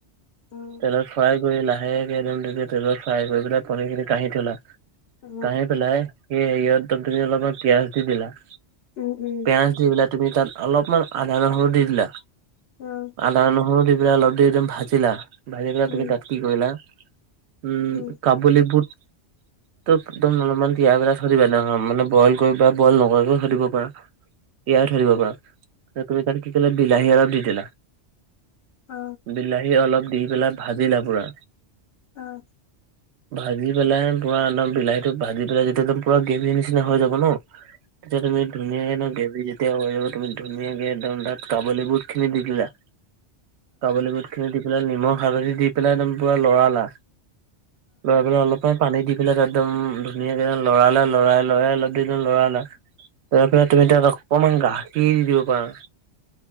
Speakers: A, on the left; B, on the right.
A: উম।
B: তেলত ফ্ৰাই কৰি লাহেকে তেলত ফ্ৰাই কৰি পেলাই পনীৰ খিনি কাঢ়ি থলা।
A: অ
B: কাঢ়ি পেলাই সেই হেৰি তুমি অলপমান পিয়াজ দি দিলা।
A: উম, উম।
B: পিয়াজ দি পেলাই তুমি তাত অলপমান আদা নহৰু দি দিলা।
A: অ'।
B: আদা নহৰু দি পেলাই অলপ দেৰি তুমি ভাজিলা, ভাজি পেলাই
A: উম,
B: তুমি তাত কি কৰিলা উম,
A: উম,
B: কাবুলী বুট ত একদম অলপমান তিয়াই পেলাই থৈ দিবা সেই দিনাখন মানে বইল কৰি বা বইল নকৰাকৈও থৈ দিব পাৰা। তিয়াইও থৈ দিব পাৰা। সেই তাত কি কৰিলা বিলাহী অলপ দি দিলা,
A: অ',
B: বিলাহী অলপ দি পেলাই ভাজিলা পুৰা।
A: অ'।
B: ভাজি পেলাই পুৰা একদম বিলাহীতো ভাজি পেলাই যেতিয়া একদম পুৰা গ্ৰেভি নিচিনা হৈ যাব ন'! তেতিয়া তুমি ধুনীয়াকে গ্ৰেভি যেতিয়া হৈ যাব তুমি ধুনীয়াকে একদম তাত কাবলী বুট খিনি দি দিলা। কাবুলি বুট খিনি দি পেলাই নিমখ হালধি দি পেলাই একদম পুৰা লৰালা। লৰাই পেলাই অলপমান পানী দি পেলাই তাত একদম ধুনীয়াকে লৰালা লৰাই লৰাই অলপ দেৰি লৰালা তাৰ পিছত তুমি তাত অকমান গাখীৰ দি দিব পাৰা